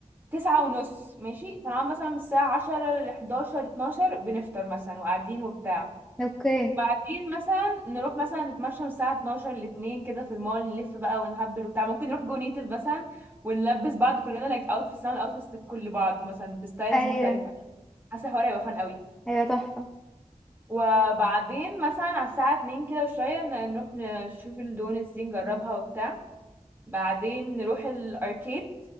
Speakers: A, on the right (about 15°); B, in the centre.
A: تسعة ونص ماشي فنقعد مثلا من الساعة عشرة لحداشر اتناشر بنفطر مثلا وقاعدين وبتاع
B: اوكي
A: وبعدين مثلا نروح مثلا نتمشى من الساعة اتناشر لاتنين كده في المول نلف بقى ونهبل وبتاع ممكن نروح جو نيتف مثلا ونلبس بعض كلنا لايك اوتفيتس نعمل اوتفيتس لكل بعض مثلا بستايلز
B: ايوه
A: مختلفة حاسة الحوار هيبقى فان قوي
B: ايوه تحفة
A: وبعدين مثلا على الساعة اتنين كده وشوية ن- نروح نشوف الدونتس دي نجربها وبتاع بعدين نروح الاركيد